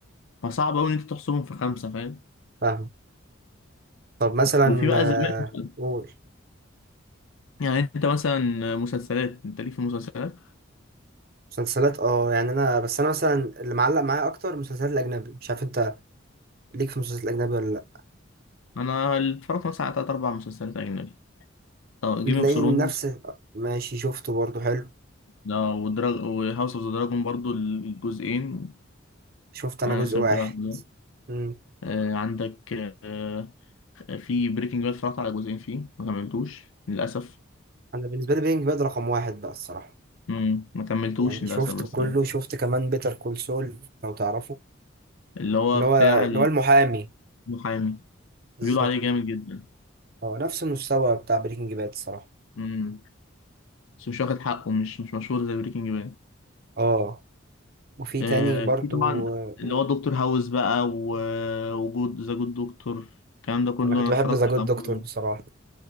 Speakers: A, on the left (about 75°); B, on the right (about 45°).
A: فصعب قوي ان انت تحصرهم في خمسه فاهم
B: فاهم طب مثلا
A: وفي بقى
B: آه،
A: زمان
B: قول
A: يعني انت مثلا مسلسلات انت ليك في المسلسلات
B: مسلسلات اه يعني انا بس انا مثلا اللي معلق معايا اكتر المسلسلات الاجنبي مش عارف انت ليك في المسلسلات الاجنبي ولا لا
A: انا اللي اتفرجت مثلا على تلات اربع مسلسلات اجنبي طب جيم
B: تلاقيني
A: اوف ثرونز
B: نفس ماشي شفته برضه حلو
A: ده ودراج وهاوس اوف ذا دراجون برضو الجزئين
B: شفت انا
A: انا
B: جزء
A: لسه
B: واحد
A: متابع الجزئين.
B: امم
A: آه عندك آه في بريكنج باد اتفرجت على جزئين فيه ما كملتوش للاسف
B: انا بالنسبه لي بينج باد رقم واحد بقى الصراحه
A: امم ما كملتوش
B: يعني
A: للاسف
B: شفت
A: بس
B: كله
A: يعني
B: شفت كمان بيتر كول سول لو تعرفه
A: اللي هو
B: اللي
A: بتاع
B: هو اللي هو المحامي
A: المحامي
B: بالظبط
A: بيقولوا عليه جامد جدا
B: هو نفس المستوى بتاع بريكنج باد الصراحه
A: امم بس مش واخد حقه مش مش مشهور زي بريكنج باد
B: اه وفي
A: آه
B: تاني برضو
A: في طبعا
B: آه،
A: اللي هو دكتور هاوس بقى و- وجود ذا جود دكتور الكلام ده كله
B: انا كنت
A: انا
B: بحب
A: اتفرجت
B: ذا جود
A: على
B: دكتور
A: معظمه.
B: بصراحه